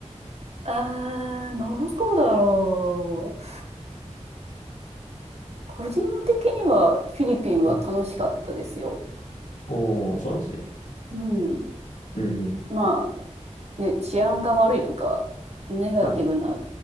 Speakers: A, on the right; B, on the left.
A: ああ、どこだろう。個人的にはフィリピンは楽しかったですよ。
B: うん。おー、そうなんですね。
A: うん。
B: うんうん。
A: まあね、治安が悪いとか、ネガティブな
B: はい。